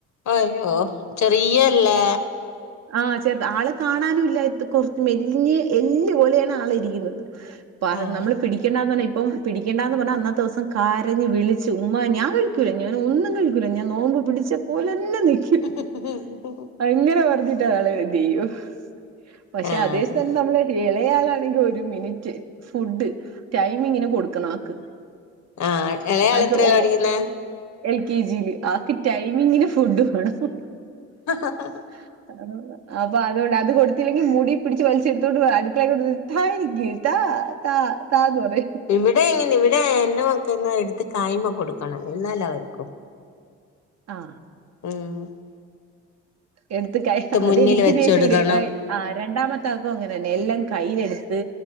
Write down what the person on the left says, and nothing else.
ആയ്യോ ചെറിയല്ലേ?
ആഹ്
<unintelligible>
ആഹ്
ആഹ് ഇളയാള്
എത്രയല
പടിക്കുന്നേ?
ഹ ഹ....
ഇവിടെ ഇങ്ങെനെ ഇവിടെ എന്റെ മക്കക്ക് എടുത്ത് കായ്മേ കൊടുക്കണം എന്നാലവരിക്കും....
ആഹ്....
മുന്നിൽ വെച്ച്
കൊടുക്കണം